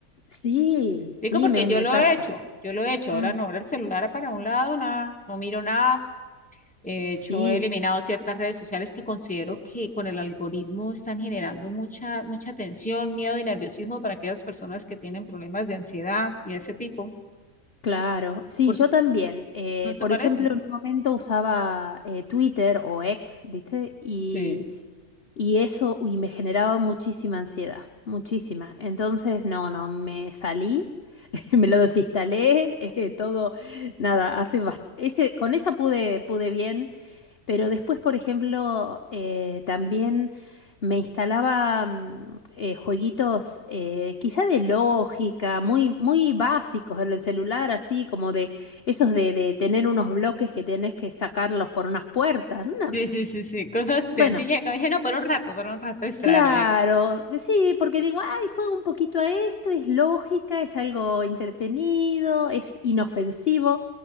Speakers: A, on the left; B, in the centre.
A: Sí, sí,
B: Digo, porque
A: me,
B: yo
A: me
B: lo
A: pasa.
B: he hecho, yo lo he hecho,
A: Mm,
B: ahora no, ahora el celular para un lado, nada, no miro nada eh, De
A: sí,
B: hecho, he eliminado ciertas redes sociales que considero que con el algoritmo están generando mucha, mucha tensión, miedo y nerviosismo para aquellas personas que tienen problemas de ansiedad y ese tipo.
A: claro. Sí,
B: Porque,
A: yo también. Eh,
B: ¿no te
A: por
B: parece?
A: ejemplo, en un momento usaba eh, Twitter o X, ¿viste? Y
B: Sí.
A: Y eso, uy, me generaba muchísima ansiedad, muchísima. Entonces, no, no, me salí, <laughs> me lo desinstalé, eh, todo, nada, hace bast- ese, con esa pude, pude bien, pero después, por ejemplo, eh, también me instalaba mm, eh, jueguitos eh, quizá de lógica, muy, muy básicos en el celular, así como de esos de, de tener unos bloques que tenés que sacarlos por unas puertas. una-
B: Sí, sí, sí, sí. Cosas sencillas
A: bueno,
B: que dije, no, para un rato, para un rato distraerme.
A: Claro, que sí, porque digo, ay, juego un poquito a esto, es lógica, es algo entretenido, es inofensivo,